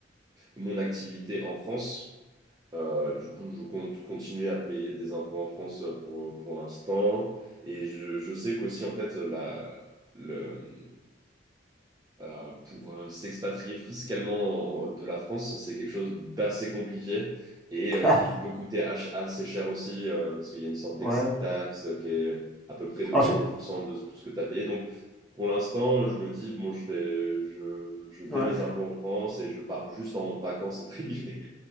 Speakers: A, on the right (about 20°); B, in the centre.
A: mon activité en France euh, du coup, je compte continuer à payer des impôts en France euh, pour, pour l'instant. Et je, je sais qu'aussi, en fait, la, le, euh, pour euh, s'expatrier fiscalement en- de la France, c'est quelque chose d'assez compliqué et euh,
B: <laughs>
A: qui peut coûter ach- assez cher aussi, euh, parce qu'il y a une sorte d'exit
B: ouais.
A: tax euh, qui est à peu près de
B: Alors,
A: 30%
B: j'ai-
A: de tout ce que tu as payé. Donc, pour l'instant, je me dis, bon, je fais, je, je paie
B: ouais.
A: mes impôts en France et je pars juste en vacances, entre guillemets.